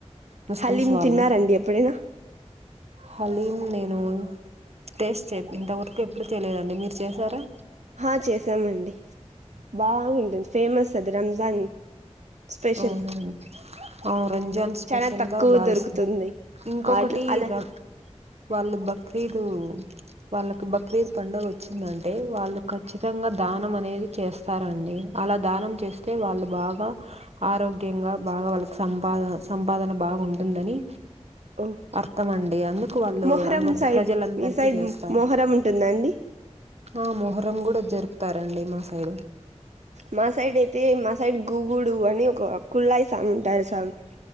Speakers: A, on the right; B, on the right.
A: ముస్లిమ్స్
B: హలీమ్
A: వాళ్ళు
B: తిన్నారండి ఎప్పుడైనా
A: హలీం నేను టేస్ట్ చెరాలేదు ఇంతవరకు ఎప్పుడు చేయలేదండి మీరు చేశారా
B: ఆ చేసామండి బాగుంటుంది ఫేమస్ అది రంజాన్ స్పెషల్
A: అవున అవును రంజాన్ స్పెషల్
B: చాలా తక్కువ
A: గా భావిస్తారు
B: దొరుకుతుంది
A: ఇంకొకటి
B: అట్లా అలా
A: ర వాళ్ళు బక్రీదు వాళ్ళకి బక్రీద్ పడుగ వచ్చిందంటే వాళ్ళు ఖచ్చితంగా దానం అనేది చేస్తారండి అలా దానం చేస్త అతే వాళ్ళు బాగా ఆరోగ్యంగా బాగా వాళ్ళకి సంపాద సంపాదన బాగా ఉంటుందని
B: ఓ
A: అర్థం అండి అందుకు వాళ్ళు
B: మొహరం
A: అందరికి
B: సైడ్
A: ప్రజలందరికి
B: మీ సైడ్
A: చేస్తారు
B: మొహరం ఉంటుందండి
A: ఆ మొహరం కూడా జరుపు తరండి మా సైడ్
B: మా సైడ్ అయితే మా సైడ్ గుగుడు అని ఒక కుళ్లయి సాంగ్ంటర్ సంగ్